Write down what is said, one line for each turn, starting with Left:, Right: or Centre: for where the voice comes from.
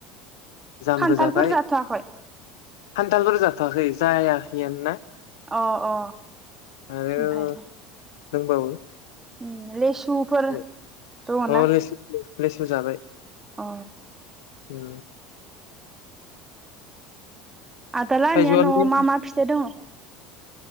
Left: जामबो
Right: खान्थालफोर
Left: जाबाय
Right: जाथ'वाखै
Left: खान्थालफोर जाथआखै जायाखैयानो ना
Right: अ अ
Left: आरो
Right: ओमफाय
Left: दंबावो
Right: उम लेसुफोर
Left: अ
Right: दङ ना
Left: लेसु लेसु जाबाय
Right: अ
Left: उम
Right: आदालानिया
Left: थाइजौआनो
Right: नआव मा मा फिथाइ दङ